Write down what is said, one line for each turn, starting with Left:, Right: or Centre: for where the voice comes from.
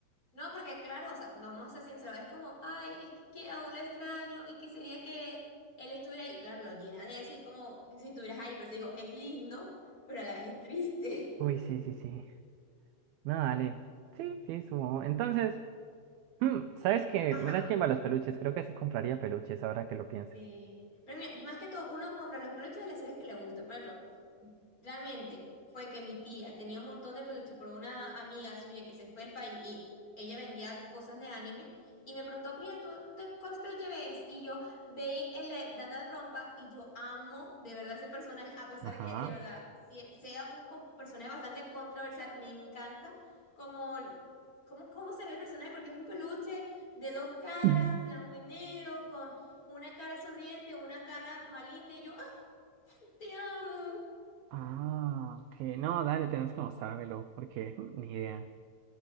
Left: No, porque claro, o sea, no vamos a ser sinceros, es como, ay, es que, que aún lo extraño y quisiera que él estuviera ahí. Y claro, lo llena de eso y es como si estuvieras ahí, pero eso digo, es lindo, pero a la vez es triste.
Right: Uy, sí, sí, sí. No, dale. Sí, sí, subo. Entonces, mm, ¿sabes qué?
Left: <laughs> Ajá.
Right: Me la chimba los peluches. Creo que sí compraría peluches ahora que lo pienso.
Left: Sí, pero mira, más que todo, uno compra los peluches de las series que le gusta. Por ejemplo, realmente fue que mi tía tenía un montón de peluches por una amiga suya que se fue al país y ella vendía cosas de anime y me preguntó, mira, ¿tú te- cuál peluche ves? Y yo veí el de Dandan Rompa y yo amo de verdad ese personaje, a pesar
Right: Ajá.
Left: de que de verdad si- sea un co- personaje bastante controversial, me encanta como... Cómo, cómo se ve el personaje, porque es un peluche de dos caras,
Right: <laughs>
Left: blanco y negro, con una cara sonriente, una cara maligna y yo, ay, te amo.
Right: Ah, ok. No, dale, tenés que mostrármelo porque ni idea.